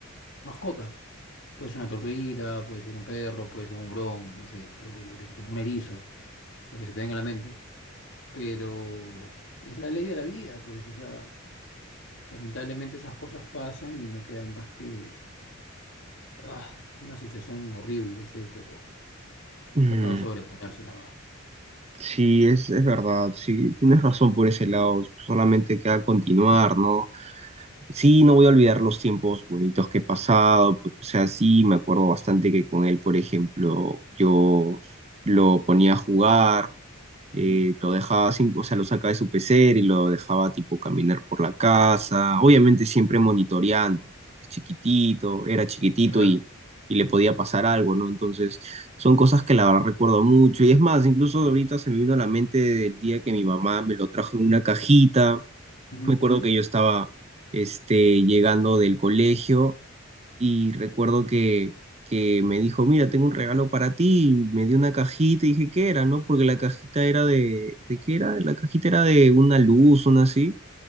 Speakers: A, on the left (about 60°); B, on the right (about 30°).
A: mascota. Puede ser una tortuguita, puede ser un perro, puede ser un hurón, no sé, lo que, lo que se te, un erizo, lo que se te venga a la mente. Pero es la ley de la vida, pues, o sea, lamentablemente esas cosas pasan y no queda más que ah, una situación horrible, yo sé, pero...
B: Mm,
A: Tocado sobreponerse nada más.
B: sí, es, es verdad, sí, tienes razón por ese lado, solamente queda continuar, ¿no? Sí, no voy a olvidar los tiempos bonitos que he pasado, pero, o sea, sí, me acuerdo bastante que con él, por ejemplo, yo lo ponía a jugar eh,
A: Ujú,
B: lo dejaba, sin- o sea, lo sacaba de su pecera y lo dejaba tipo caminar por la casa, obviamente siempre monitoreando, ¿no? Porque es chiquitito, era chiquitito
A: Claro.
B: y, y le podía pasar algo, ¿no? Entonces, son cosas que la verdad recuerdo mucho. Y es más, incluso ahorita se me vino a la mente el día que mi mamá me lo trajo en una cajita.
A: Ujú.
B: Me acuerdo que yo estaba, este, llegando del colegio y recuerdo que, que me dijo, mira, tengo un regalo para ti, y me dio una cajita y dije, ¿qué era, no? Porque la cajita era de, ¿de qué era? La cajita era de una luz, una así,